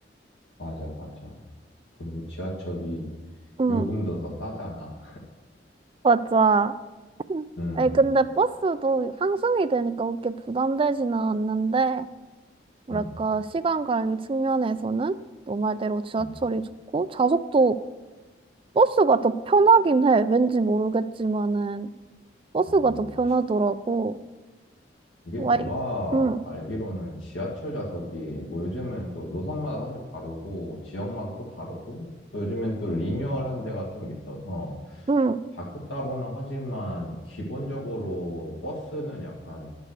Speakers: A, on the left (about 80°); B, on the right (about 30°).
A: 맞아, 맞아. 그리고 지하철이
B: 응
A: 요금도 더 싸잖아.
B: 맞아.
A: 응,
B: 아니 근데 버스도 항승이 되니까 그렇게 부담되지는 않는데 뭐랄까,
A: 응,
B: 시간 관리 측면에서는 너 말대로 지하철이
A: 응,
B: 좋고, 좌석도 버스가 더 편하긴 해. 왠지 모르겠지만은, 버스가
A: 응.
B: 더 편하더라고.
A: 이게
B: 와이,
A: 내가
B: 응,
A: 알기로는 지하철 좌석이 뭐 요즘은 또 노선마다 사실 다르고 지역마다 또 다르고 또 요즘엔 또 리뉴얼한 데가 좀 있어서
B: 응.
A: 바뀌었다고는 하지만 기본적으로 버스는 약간